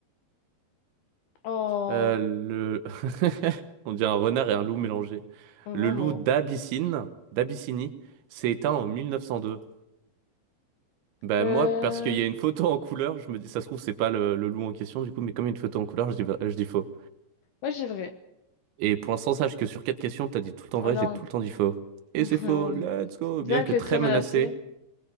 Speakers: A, on the left (about 70°); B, on the right (about 75°).
A: Oh,
B: Euh, le... <laughs> On dit un renard et un loup mélangés.
A: vraiment.
B: Le loup d'Abyssine, d'Abyssinie, s'est éteint en 1902. Ben
A: Euh...
B: moi, parce qu'il y a une photo en couleur, je me dis, ça se trouve, c'est pas le, le loup en question, du coup, mais comme il y a une photo en couleur, je dis, je dis faux.
A: Ouais, j'ai vrai.
B: Et pour l'instant, sache que sur quatre questions, t'as dit tout le temps
A: Oh
B: vrai,
A: non.
B: j'ai tout le temps dit faux. Et
A: <laughs>
B: c'est faux, let's go!
A: Bien
B: Bien que
A: que
B: très
A: très menacé.
B: menacé,